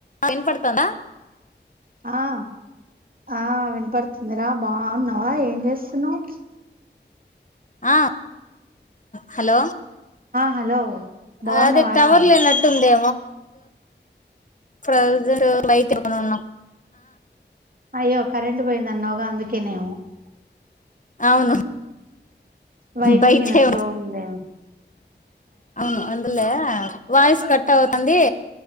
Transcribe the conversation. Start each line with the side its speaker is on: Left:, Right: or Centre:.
Left: విన పడతాందా.
Right: ఆ ఆ వినపడుతుందిరా బావున్నవా ఏం చేస్తున్నవు.
Left: ఆ హలో
Right: హలో బాగున్నావారా
Left: అదే టవర్లు నటుందే ప్రజైక్న్
Right: అయ్యో కరెంటట్ పోయిందంది అన్న ఒకగా అ కనేవు
Left: అవును
Right: వైఫీకి
Left: బయటే
Right: నా స్లో ఉండే
Left: అవును అంద్రలే వాయిస్ కట్ అవుతుంది